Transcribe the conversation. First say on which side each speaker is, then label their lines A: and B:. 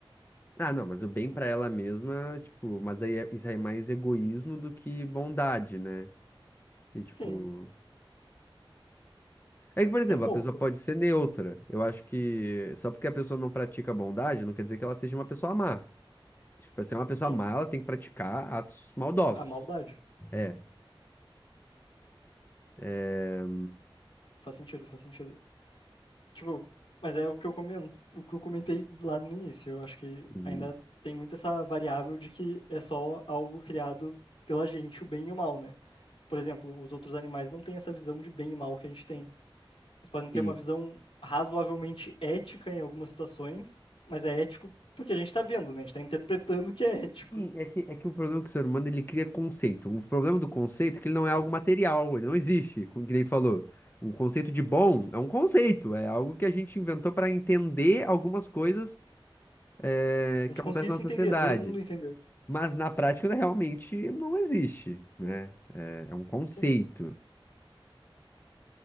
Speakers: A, on the left (about 25°); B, on the left (about 80°).
A: Ah, não, mas o bem pra ela mesma, tipo, mas aí é- isso aí é mais egoísmo do que bondade, né? E tipo.
B: Sim,
A: É que, por exemplo,
B: é um pouco.
A: a pessoa pode ser neutra. Eu acho que só porque a pessoa não pratica bondade, não quer dizer que ela seja uma pessoa má. Acho que pra ser uma pessoa
B: Sim,
A: má, ela tem que praticar atos maldosos.
B: a maldade.
A: É. é,
B: Faz sentido, faz sentido. Tipo, mas é o que eu comen- o que eu comentei lá no início. Eu acho que
A: Uhum.
B: ainda tem muito essa variável de que é só algo criado pela gente, o bem e o mal, né? Por exemplo, os outros animais não têm essa visão de bem e mal que a gente tem. Eles podem ter
A: Sim.
B: uma visão razoavelmente ética em algumas situações, mas é ético porque a gente tá vendo, né? A gente tá interpretando o que é ético.
A: Sim, é que, é que o problema é que o ser humano ele cria conceito. O problema do conceito é que ele não é algo material, ele não existe, como que nem tu falou. O conceito de bom é um conceito, é algo que a gente inventou para entender algumas coisas eh,
B: A gente
A: que acontecem
B: conseguir se
A: na sociedade.
B: entender, todo mundo entender.
A: Mas na prática né, realmente não existe, né? É, é um conceito.
B: Sim,